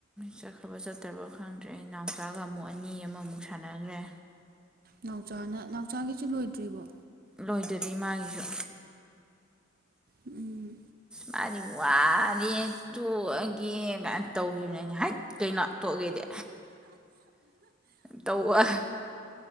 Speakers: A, in the centre; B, on the right.
A: ꯆꯠꯈ꯭ꯔꯕ ꯆꯠꯇ꯭ꯔꯕ ꯈꯪꯗ꯭ꯔꯦ ꯑꯩ ꯅꯥꯎꯆꯥꯒ ꯑꯃꯨꯛ ꯑꯅꯤ ꯑꯃꯃꯨꯛ ꯁꯥꯟꯅꯈ꯭ꯔꯦ
B: ꯅꯥꯎꯆꯥꯅ ꯅꯥꯎꯆꯥꯒꯤꯁꯨ ꯂꯣꯏꯗ꯭ꯔꯤꯕꯣ
A: ꯂꯣꯏꯗꯔꯤ ꯃꯥꯒꯤꯁꯨ
B: ꯎꯝ
A: ꯃꯥꯗꯤ ꯋꯥꯔꯦ ꯇꯣꯛꯑꯒꯦ ꯀꯥꯏꯅ ꯇꯧꯈꯤꯕꯅꯤ ꯑꯩꯅ ꯍꯥꯏ ꯀꯩꯅꯣ ꯇꯣꯛꯑꯒꯦꯗꯤ ꯇꯧꯕ